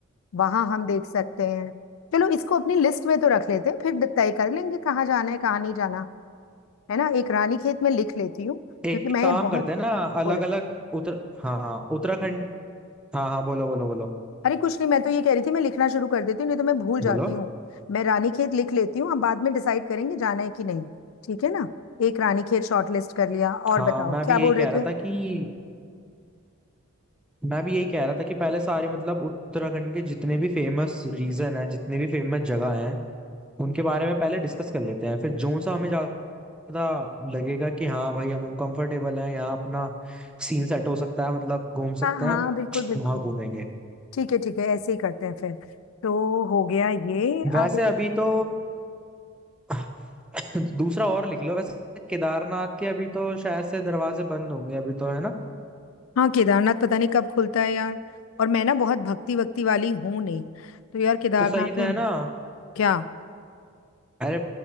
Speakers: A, on the left; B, in the centre.
A: वहां हम देख सकते हैं चलो इसको अपनी लिस्ट में तो रख लेते हैं फिर तय कर लेंगे कहाँ जाना है कहाँ नहीं जाना है ना एक रानीखेत में लिख लेती हूँ क्योंकि
B: एक
A: मैं
B: काम
A: बहुत
B: करते हैं ना अलग
A: बोलो
B: अलग उत्तर हाँ उत्तराखंड हाँ हाँ बोलो बोलो बोलो
A: अरे कुछ नहीं मैं तो ये कह रही थी मैं लिखना शुरू कर देती हूँ नहीं तो मैं भूल जाती
B: बोलो
A: हूँ मैं रानीखेत लिख लेती हूँ अब बाद में डिसाइड करेंगे जाना है कि नहीं ठीक है ना एक रानीखेत शॉर्टलिस्ट कर लिया और
B: हाँ
A: बताओ
B: मैं
A: क्या
B: भी
A: बोल
B: यही कह
A: रहे
B: रहा
A: थे
B: था कि मैं भी यही कह रहा था कि पहले सारे मतलब उत्तराखंड के जितने भी फेमस रीजन है जितने भी फेमस जगह हैं उनके बारे में पहले डिस्कस कर लेते हैं फिर जो सा हमें ज्यादा लगेगा कि हाँ भाई हम कंफर्टेबल हैं यहाँ अपना सीन सेट हो सकता है मतलब घूम
A: हाँ
B: सकते
A: हाँ
B: हैं
A: बिल्कुल बिल्कुल
B: वहां घूमेंगे
A: ठीक है ठीक है ऐसे ही करते हैं फिर तो हो गया ये
B: वैसे
A: अब
B: अभी तो <coughs> <laughs> दूसरा और लिख लो वैसे केदारनाथ के अभी तो शायद से दरवाजे बंद होंगे अभी तो है ना
A: हाँ केदारनाथ पता नहीं कब खुलता है यार और मैं ना बहुत भक्ति वक्ति वाली हूँ नहीं तो यार केदारनाथ
B: तो सही तो
A: में
B: है ना
A: क्या
B: अरे